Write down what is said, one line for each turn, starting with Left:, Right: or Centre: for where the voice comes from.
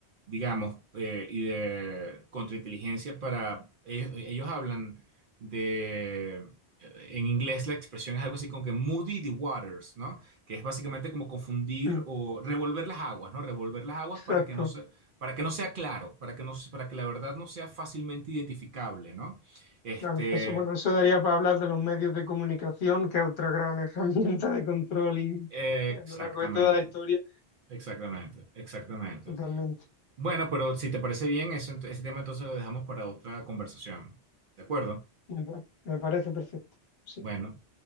Right: digamos, eh, y de contrainteligencia para, ellos, ellos hablan de, eh, en inglés la expresión es algo así como que muddy the waters, ¿no? Que es básicamente como confundir
Left: Mm,
Right: o revolver las aguas, ¿no? Revolver las aguas
Left: exacto.
Right: para que no se, para que no sea claro, para que no, para que la verdad no sea fácilmente identificable, ¿no? Este,
Left: Claro, eso, bueno, eso daría para hablar de los medios de comunicación, que es otra gran <laughs> herramienta de control y,
Right: eh,
Left: eh,
Right: exactamente,
Left: a lo largo de toda la historia.
Right: exactamente, exactamente.
Left: Totalmente.
Right: Bueno, pero si te parece bien, ese, ent- ese tema entonces lo dejamos para otra conversación. ¿De acuerdo?
Left: Me, pa- me parece perfecto. Sí,
Right: Bueno,